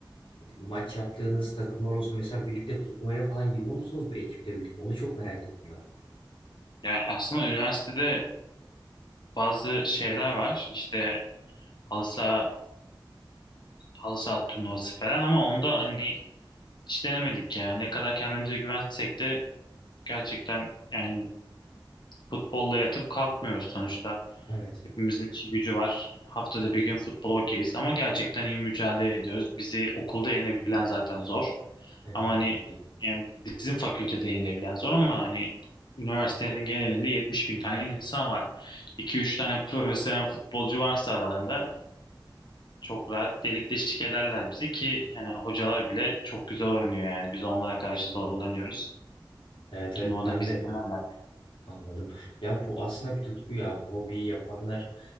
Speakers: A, on the left; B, on the left.
A: maç yaptığınız takımlar olsun. Mesela birlikte turnuvaya falan giriyor musunuz bu ekiple birlikte? Onu çok merak ettim ben.
B: Ya aslında üniversitede bazı şeyler var. İşte halı saha, halı saha turnuvası falan ama onda hani hiç denemedik ya. Ne kadar kendimize güvensek de gerçekten yani futbolla yatıp kalkmıyoruz sonuçta.
A: Evet.
B: Hepimizin işi gücü var. Haftada bir gün futbol okeyiz ama gerçekten iyi mücadele ediyoruz. Bizi okulda yenebilen zaten zor.
A: Aynen
B: Ama hani
A: çok iyi.
B: yani bizim fakültede yenebilen zor ama hani üniversitenin genelinde 70 bin tane insan var. 2 üç tane <laughs> profesyonel futbolcu varsa aralarında çok rahat delik deşik ederler bizi ki hani hocalar bile çok güzel oynuyor yani biz onlara karşı
A: Hmm.
B: zorlanıyoruz.
A: Evet
B: Turnuvada
A: evet ben
B: biz
A: de
B: yenerler.
A: Anladım. Ya bu aslında bir tutku ya. Bu hobiyi yapanlar